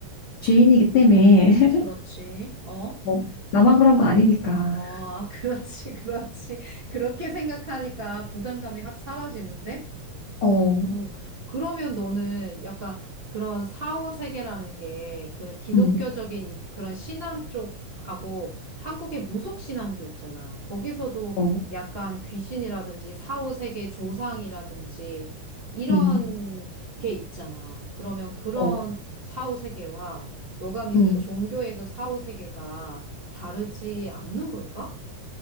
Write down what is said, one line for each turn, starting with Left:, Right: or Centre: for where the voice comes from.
Left: 죄인이기 때문에 <laughs>
Right: 그렇지. 어,
Left: 뭐 나만 그런 거 아니니까
Right: 어, <laughs> 그렇지, 그렇지. 그렇게 생각하니까 부담감이 확 사라지는데?
Left: 어,
Right: 오, 그러면 너는 약간 그런 사후 세계라는 게 그 기독교적인
Left: 음,
Right: 이- 그런 신앙 쪽하고 한국의 무속 신앙도 있잖아. 거기서도
Left: 어,
Right: 약간 귀신이라든지 사후 세계 조상이라든지 이런
Left: 음,
Right: 게 있잖아. 그러면 그런
Left: 어,
Right: 사후 세계와 너가 믿는
Left: 음.
Right: 종교의 그 사후 세계가 다르지 않는 걸까?